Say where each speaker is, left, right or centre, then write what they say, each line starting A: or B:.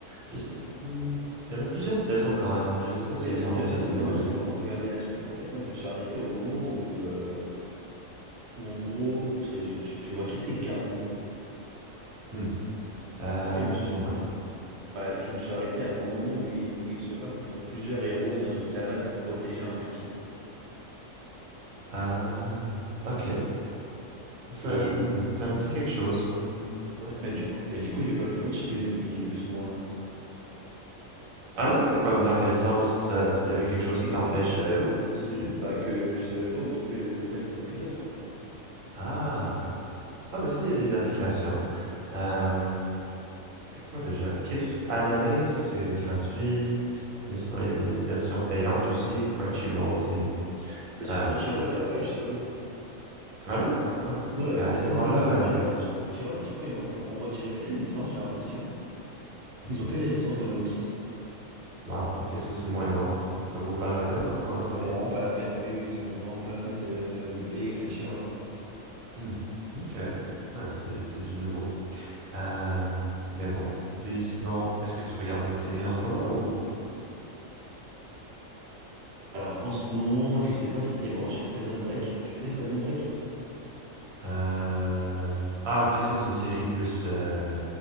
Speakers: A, on the right (about 80°); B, on the right (about 60°).
A: Je sais. hmm, Il y en a plusieurs saisons quand même. Je sais pas s'ils
B: Oui, Il y avait
A: en
B: plusieurs
A: ont fait
B: saisons, mais
A: une autre
B: moi,
A: depuis.
B: je sais pas où regarder la suite. En fait, moi, je me suis arrêté au moment où, euh, où en gros, j'ai- tu, tu vois qui c'est Garou.
A: Hmm. Euh,
B: En fait, je me suis,
A: plus ou moins.
B: bah, je me suis arrêté à- au moment où il, où il se bat contre plusieurs héros dans une cabane pour protéger un petit.
A: Euh, ok. Ça,
B: Et du,
A: hmm, ça me dit quelque chose. Hmm. Ouais.
B: mais du coup, et du coup, j'ai pas pu continuer depuis, depuis ce moment-là.
A: Ah non, comme dans quel sens? Ça, il y avait quelque chose
B: Bah, c'est
A: qui
B: qu'en
A: t'empêchait
B: fait, je-
A: ou?
B: c'est juste
A: Hmm.
B: bah, que je savais pas où trouver le, le reste des épisodes, quoi.
A: Ah, Ah, ben ça, il y a des applications. Euh, c'est quoi déjà? Kiss Anime, ça c'est gratuit. Mais sinon, il y a des versions payantes aussi. Crunchyroll, c'est une...
B: Bah, sur
A: euh,
B: Crunchyroll, il n'y a pas, justement.
A: Ah non? Ah.
B: Non, il
A: Mais
B: n'y a,
A: à
B: y
A: ce
B: a pas
A: moment-là...
B: du tout sur Crunchyroll.
A: euh,
B: Sur Crunchyroll, je crois qu'ils ont- ils leur ont retiré toutes les licences, j'ai l'impression.
A: hmm,
B: Ils ont que la licence de One Piece.
A: Wow, ok, ça c'est moins bon. Ça vaut pas la peine dans ce temps-là
B: Ça
A: de payer.
B: vaut vraiment pas la peine, oui, oui, ça vaut vraiment pas la peine de, de payer Crunchyroll. hein.
A: Hmm, Ok. Ah, c'est c'est du nouveau. Euh, Mais bon. Puis sinon, est-ce que tu regardes une série en ce moment ou...
B: Alors, en ce moment, je sais pas si t'es branché Prison Break. Tu connais Prison Break?
A: Euh, Ah, ok, ça c'est une série plus... euh,